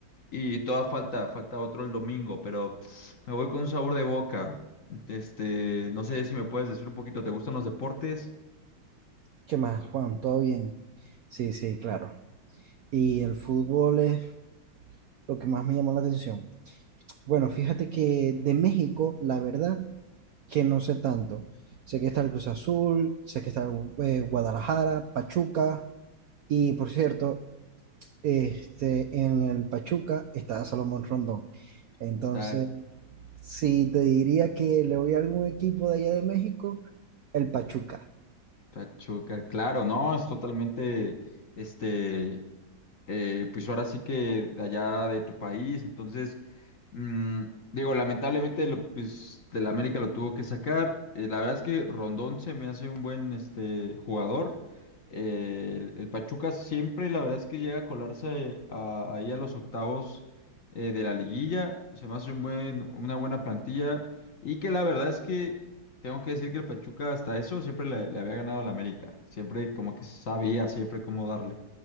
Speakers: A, on the left; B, on the right.
A: Y toda falta, falta otro el domingo, pero me voy con un sabor de boca. Este, no sé si me puedes decir un poquito, ¿te gustan los deportes?
B: ¿Qué más, Juan? ¿Todo bien? Sí, sí, claro. Y el fútbol es lo que más me llamó la atención. Bueno, fíjate que de México, la verdad, que no sé tanto. Sé que está el Cruz Azul, sé que está el, eh, Guadalajara, Pachuca, y por cierto, este, en el Pachuca está Salomón Rondón. Entonces,
A: O
B: si te diría que le voy a algún equipo de allá de México, el Pachuca.
A: Pachuca, claro, no, es totalmente, este, eh, pues ahora sí que allá de tu país, entonces, mm, digo, lamentablemente, lo, pues, de la América lo tuvo que sacar, Eh, la verdad es que Rondón se me hace un buen, este, jugador, Eh, el, el Pachuca siempre, la verdad es que llega a colarse a- ahí a los octavos eh, de la liguilla, se me hace un buen, una buena plantilla, y que la verdad es que tengo que decir que el Pachuca hasta eso siempre le, le había ganado al América. Siempre como que sabía siempre cómo darle.